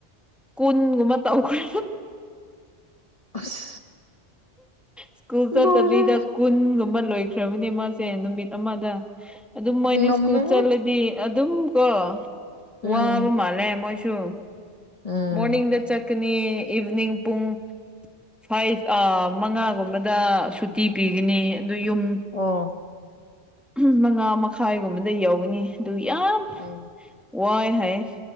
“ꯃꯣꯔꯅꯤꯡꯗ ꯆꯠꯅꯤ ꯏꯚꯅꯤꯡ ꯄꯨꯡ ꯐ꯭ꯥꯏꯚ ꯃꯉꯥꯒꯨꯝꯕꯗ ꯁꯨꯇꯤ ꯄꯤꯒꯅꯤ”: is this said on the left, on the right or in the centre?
Centre